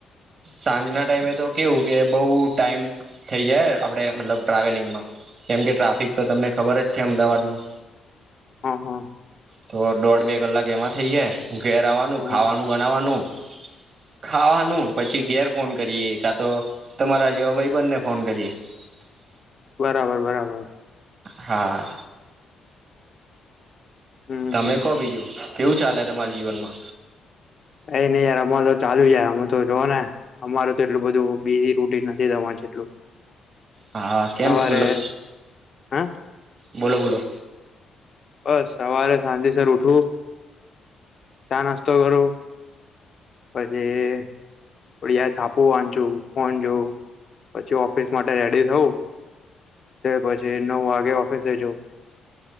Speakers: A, on the right; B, on the left.
A: સાંજના ટાઈમે તો કેવું કે બઉ ટાઈમ થઈ જાય. આપડે મતલબ ટ્રાવેલિંગમાં કેમ કે ટ્રાફિક તો તમને ખબર જ છે અમદાવાદનું.
B: હા, હા.
A: તો દોઢ-બે કલાક એમાં થઈ જાય. ઘેર આવાનું
B: હમ
A: ખાવાનું બનાવાનું. ખાવાનું પછી ઘેર ફોન કરીએ, કા તો તમારા જેવા ભાઈબંધને ફોન કરીએ. <inaudible>
B: બરાબર, બરાબર.
A: હા.
B: હમ
A: તમે
B: હમ
A: કો બીજું, કેવું ચાલે તમારા જીવનમાં?
B: કઈ ની યાર, અમાર તો ચાલુ છે. અમે તો જોઓ ને અમારું તો એટલું બધું બી <unintelligible> નથી તમાર જેટલું.
A: હા, કેમ?
B: સવારે
A: મતલબ.
B: હે
A: બોલો, બોલો.
B: બસ સવારે સાંજેસર ઉઠું, ચા-નાસ્તો કરું પછી થોડી વાર છાપુ વાંચુ, ફોન જોઉ પછી ઓફિસ માટે રેડી થવું. ત્યાર પછી નવ વાગે ઓફિસે જવ.